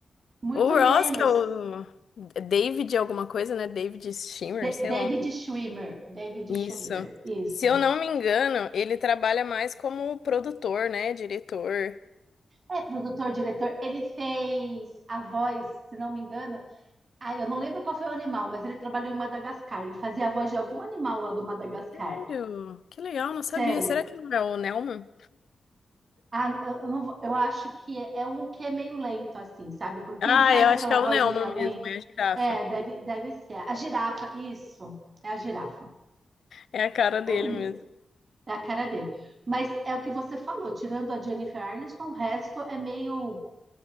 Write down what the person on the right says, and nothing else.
Muito
menos.
De-
David
Schwimmer. David
Schwimmer, isso.
É produtor, diretor. Ele fez a voz, se não me engano. Ah, eu não lembro qual foi o animal, mas ele trabalhou em Madagascar. Ele fazia a voz de algum animal lá do Madagascar.
Sério.
Ah, eu, eu não vou- eu acho que é, é um que é meio lento, assim, sabe? Porque
ele faz
aquela
voz
meio lenta.
É, deve, deve ser. A girafa, isso. É a girafa.
É ele mesmo.
É a cara dele. Mas é o que você falou, tirando a Jennifer Aniston, o resto é meio.